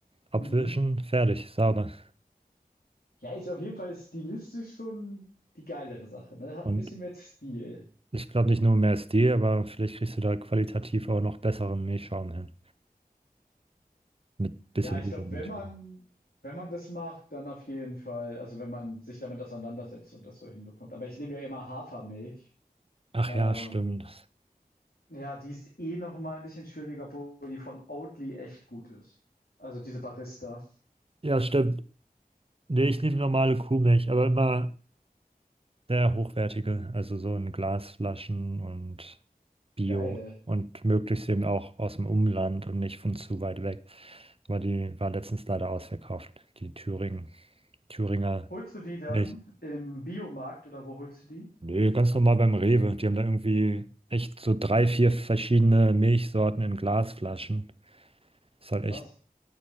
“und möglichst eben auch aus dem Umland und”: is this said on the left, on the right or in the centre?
Right